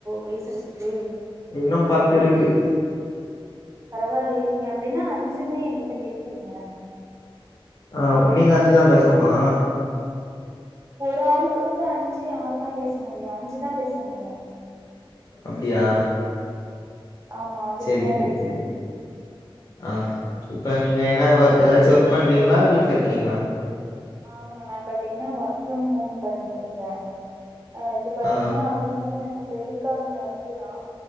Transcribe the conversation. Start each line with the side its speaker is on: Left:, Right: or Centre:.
Right: பேசுறத்துக்கு
Left: இன்னு பத்து இருக்கு
Right: பரவாயில்லையே நீங்க அப்டின்னா அஞ்சுமே ஏகிட்ட பேசிடுங்க
Left: ஆ நீங்க அஞ்சிதா பேசணுமா
Right: ஒரு ஆளுக்கு வந்து அஞ்சு ஆறு தா பேச முடியு அஞ்சி தா பேச முடியு
Left: அப்டியா
Right: ஆமா அதுக்கு
Left: சேரி
Right: மேல
Left: சேரி
Right: பேச
Left: சேரி
Right: முடியாது
Left: ஆ இப்போ நீங்க என்னா ஏதாச்சும் ஒர்க் பண்றீங்களா வீட்ல இருக்கீங்ளா
Right: ஆமா நா பாத்தீங்னா ஒர்க் ஃப்ரம் ஹோம் பண்ணிட்டு இருக்க அ அது பாத்தீங்கன்னா
Left: ஆ
Right: அது மூ அ டெலிகாலிங் ஒர்க்கு தா